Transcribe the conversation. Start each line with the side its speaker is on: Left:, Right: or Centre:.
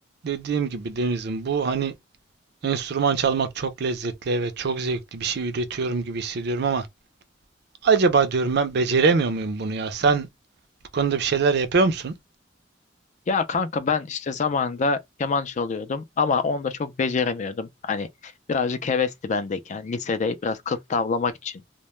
Right: Dediğim gibi Deniz'im bu hani enstrüman çalmak çok lezzetli evet çok zevkli bir şey üretiyorum gibi hissediyorum ama acaba diyorum ben beceremiyor muyum bunu ya? Sen bu konuda bir şeyler yapıyor musun?
Left: Ya kanka ben işte zamanında keman çalıyordum ama onu da çok beceremiyordum. Hani birazcık hevesti bendeyken yani lisede biraz kılık tavlamak için